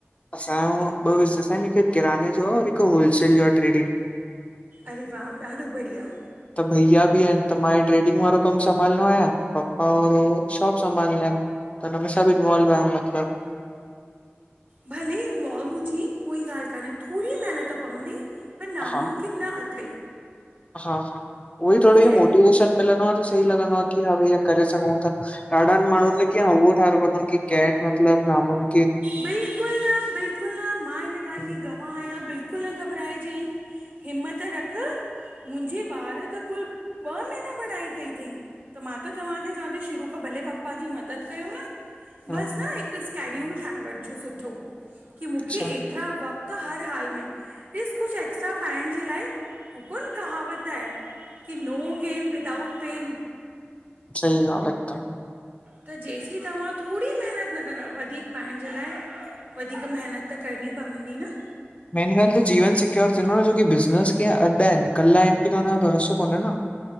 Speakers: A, on the left (about 30°); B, on the right (about 40°).
A: असांजो ॿ बिज़नस आहिनि, हिकु किराने जो और हिक होलसेल जो ट्रेडिंग।
B: अरे वाह, ॾाढो बढ़िया।
A: त भईया बि आहिनि त मां इह ट्रेडिंग वारो कमु संभालिंदो आहियां, पप्पा और हू शाॅप संभालिंदा आहिन। त हुनमें सभु इंवॉल्व आहियूं मतलब।
B: भले इंवॉल्व हुजी, कोई ॻाल्हि कान्हे थोरी मेहनत पवंदी, पर नामुमकिन
A: हा
B: न अथई।
A: हा हा, उहो ई थोड़ो
B: थोरी
A: इहो मोटिवेशन मिलंदो आ त सही लॻंदो आ कि हा भइया करे सघूं था। ॾाढनि माण्हुनि त किय हव्वौ ठाहे रख्यो अथन कि कैट मतिलब नामूमकिन
B: बिल्कुल न- बिल्कुल न, मां हिन ॻाल्हि
A: हम्म,
B: जी गवाह मां आहियां बिल्कुल न घबराइजेंइ, हिम्मत रख। मुंहिंजे ॿार त कुल ॿ महीना पढ़ाई कई अथई। त मां त तव्हांखे चवां थी शुरू खां, भले पप्पा जी मदद कयो न। बस
A: हम्म,
B: ना हिक स्कैड्यूल ठाहे वठिजो सुठो कि मुखे
A: अच्छा
B: एक त्रा वक़्त हर हाल में, ढिस कुझु एक्स्ट्रा पाएंण जे लाए हू कोन कहावत आहे, कि नो गेन विदाउट पेन।
A: सही ॻाल्हि आ हिकदम।
B: त जेसीं तव्हां थोड़ी मेहनत न कंदा, वधीक पाएंण जे लाइ वधीक मेहिनत त करणी पवंदी न।
A: मेन गाल्हि त जीवन सिक्योर थींदो न जोकि बिज़नेस कीअ अड् आहिन, कल आहिनि की न, हुनजो भरोसो कोन्हे न।